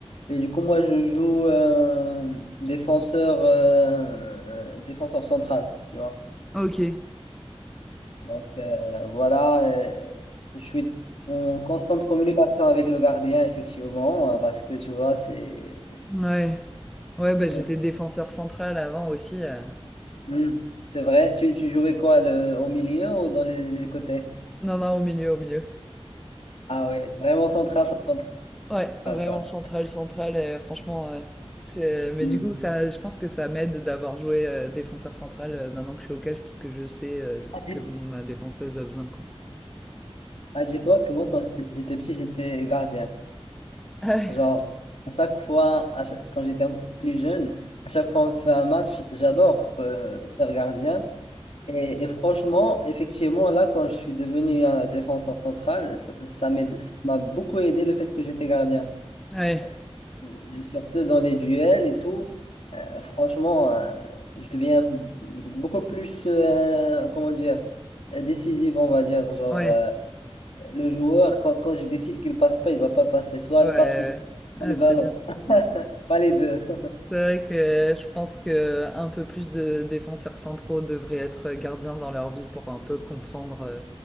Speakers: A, on the left; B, in the centre.
A: Et du coup, moi, je joue euh, défenseur, euh, euh, défenseur central, tu vois.
B: Ok.
A: Donc euh, voilà, euh, je suis en constante communication avec le gardien, effectivement, euh, parce que tu vois, c'est
B: Ouais. Ouais,
A: il
B: bah
A: faut-
B: j'étais défenseur central avant aussi. euh.
A: Hmm, c'est vrai. Tu, tu jouais quoi, le, au milieu ou dans les, les côtés?
B: Non, non, au milieu, au milieu.
A: Ah oui, vraiment central, central,
B: Ouais, vraiment
A: quoi.
B: central, central. euh, franchement, ouais. C'est- euh, Mais
A: Hmm.
B: du coup, ça, je pense que ça m'aide d'avoir joué euh, défenseur central euh, maintenant que je suis au catch, parce que je sais euh, ce
A: Ah, dis-
B: que mon- ma défenseuse a besoin, quoi.
A: ah, dis-toi que moi, quand j'étais j'étais petit, j'étais gardien.
B: Ah
A: Genre, à chaque fois, à chaque- quand j'étais en- plus jeune, à chaque fois on fait un match, j'adore euh, faire gardien. Et, et franchement, effectivement, là, quand je suis devenu un défenseur central, ça, ça m'aide- ça m'a beaucoup aidé le fait que j'étais gardien.
B: Ouais,
A: Parce que, euh, surtout dans les duels et tout, euh, franchement, euh, je deviens beaucoup plus, euh, comment dire, euh, décisif, on va dire. Genre,
B: ouais,
A: euh, le joueur, quand, quand je décide qu'il passe pas, il va pas passer. Soit
B: ouais.
A: il
B: Ouais.
A: passe le,
B: Ah,
A: soit le ballon,
B: c'est bien.
A: pas les deux. <laughs>
B: C'est vrai que je pense que un peu plus de défenseurs centraux devraient être gardiens dans leur vie pour un peu comprendre euh,